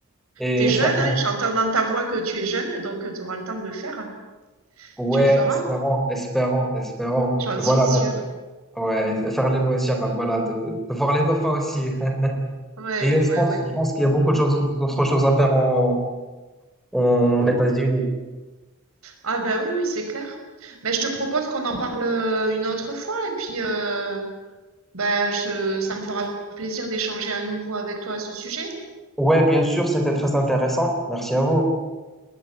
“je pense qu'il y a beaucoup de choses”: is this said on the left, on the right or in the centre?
Centre